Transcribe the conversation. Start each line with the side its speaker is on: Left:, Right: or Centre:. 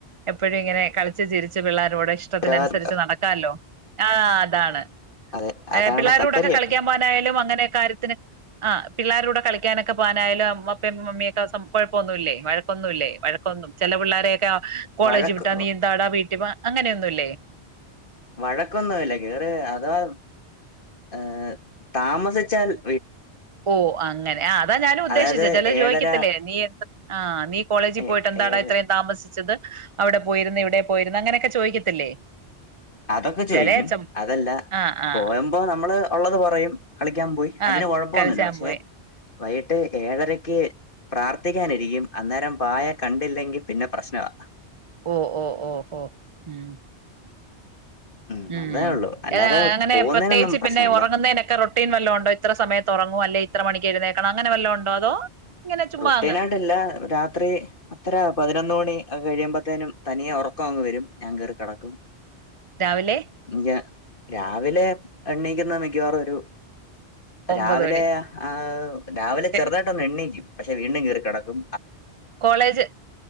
Right: എപ്പോഴും ഇങ്ങനെ കളിച്ചു ചിരിച്ച് പിള്ളേരു കൂടെ ഇഷ്ടത്തിന
Left: ഉത്തരവാദിത്വം
Right: അനുസരിച്ച് നടക്കാലോ ആ അതാണ്.
Left: അതെ അതാണ്
Right: ഏ പിള്ളേടെ
Left: താല്പര്യം
Right: കൂടെൊക്കെ കളിക്കാൻ പോവാനായാലും അങ്ങനെ കാര്യത്തിന്. പിള്ളോരടെ കൂടെ കളിക്കാനൊക്കെ പോകാനായാലും അപ്പുംമ്മിയൊക്കെ കൊഴപ്പമൊന്നുമ ഇല്ലേ വഴക്കൊന്നുമില്ലല്ലേ വഴക്കൊന്നും ഇല്ലേ? ചില പിള്ളാരെയൊക്കെ കോളേജ്
Left: വഴക്ക്
Right: വിട്ടാ നീന്താടാ വീട്ട അങ്ങനെയൊന്നുംല്ലേ?
Left: വഴക്കൊന്നുമല്ല കയറി അഥവാ ഏ താമസിച്ചാൽട്ട.
Right: ഓ അങ്ങനെ ആ അതാ ഞാനൻ ഉദ്ദേശിച്ചത്
Left: അതായത്
Right: ചില
Left: ഏഴര
Right: ചോദിക്കത്തില്ലേ നീ എ ആ നീ. കോളേജിൽ
Left: ഏ
Right: പോയിട്ട് എന്താടാ
Left: ഏഴ്
Right: ഇത്രയും താമസിച്ചത്? അവിടെ പോയിരുന്നു ഇവിടെ പോയിരുന്നു അങ്ങനെയൊക്കെ ചോദിക്കത്തില്ലേ?
Left: അതൊക്കെ ചോയിക്കും
Right: ചെല അച്ചൻ
Left: അതല്ല
Right: ആഹ് ആഹ്
Left: പോയുമ്പോ നമ്മള് ഉള്ളത് കുറയും. കളിക്കാൻ പോയി അതിന്
Right: ആഹ്
Left: കൊഴപ്പൊന്നുമില്ല
Right: കളിച്ചാൻ
Left: പക്ഷെ.
Right: പോയി
Left: വൈകിട്ട് ഏഴരക്ക് പ്രാർത്ഥിക്കാനിരിക്കും അന്നേരം പായ. കണ്ടില്ലെങ്കിൽ പിന്നെ പ്രശ്നമാ.
Right: ഓ ഓ ഓ ഓ ഹം.
Left: ഉം
Right: മ്
Left: അതേ ഉള്ളൂ അല്ലാതെ
Right: അല്ല അങ്ങനെ
Left: പോകുന്നതിനൊന്നും
Right: പ്രത്യേകിച്ച്
Left: പ്രശ്നമില്ല
Right: പിന്നെ ഉറങ്ങുന്നതിനൊക്കെ റൊട്ടീൻ വല്ലതമ ഉണ്ടോ ഇത്ര സമയത്ത്? തുറങ്ങും അല്ലേ ഇത്ര മണി എഴുന്നേക്കണം അങ്ങനെ വല്ലതു ണ്ടോ അതോ? ഇങ്ങനെ ചുമ്മാ
Left: റുട്ടീന
Right: അങ്ങ്
Left: ആായിട്ടല്ല രാത്രി അത്ര പതിനൊന്ന് മണി. ക്കെ കഴിയുമ്പോത്തേനും തനിയെ ഉറക്കം അങ്ങ് വരും ഞാൻ കയറ കിടക്കും.
Right: രാവിലെ
Left: ഇഞ രാവിലെ എണ്ണീയിക്കുന്ന മിക്കവാറും ഒരു
Right: ഒമ്പത്
Left: രാവിലെ
Right: മണി
Left: ആ് രാവിലെ ചെറുതായിട്ടൊന്ന്
Right: എ-
Left: എണ്ണയിക്കും പക്ഷെ വീണ്ടും കീറ കിടക്കും.
Right: കോളേജ്